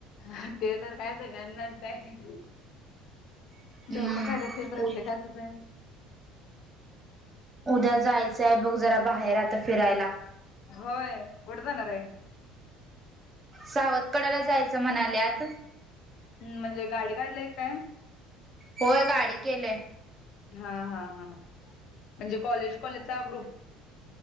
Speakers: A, on the left; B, on the right.
A: ह, ते तर काय सगळ्यानाच आहे?
B: हम्म
A: डोकं खायात ते प्रत्येकाचंच आहे.
B: उद्या जायचंय बघ जरा बाहेर आता फिरायला.
A: होय! कुठ जाणाऱय?
B: सावत कडाला जायचं म्हणाल्यात.
A: हम्, म्हणजे गाडी काढलाय काय?
B: होय, गाडी केलेय.
A: हा हा हा, म्हणजे कॉलेज -कॉलेज चा ग्रुप.